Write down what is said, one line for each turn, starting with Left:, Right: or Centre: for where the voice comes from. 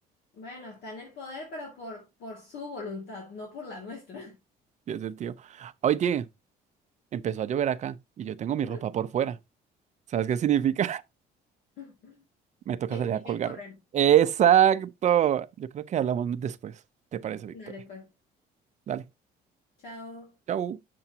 Left: Bueno, está en el poder, pero por, por su voluntad, no por la nuestra.
Right: y ese tío. Oye, empezó a llover acá y yo tengo mi
Left: Ujú.
Right: ropa por fuera. ¿Sabes qué significa?
Left: <laughs>
Right: <laughs> Me toca
Left: Que
Right: salir
Left: tienes
Right: a colgar.
Left: que correr.
Right: Exacto. Yo creo que hablamos después. ¿Te parece, Víctor?
Left: Dale, pues.
Right: Dale.
Left: Chao.
Right: Chau.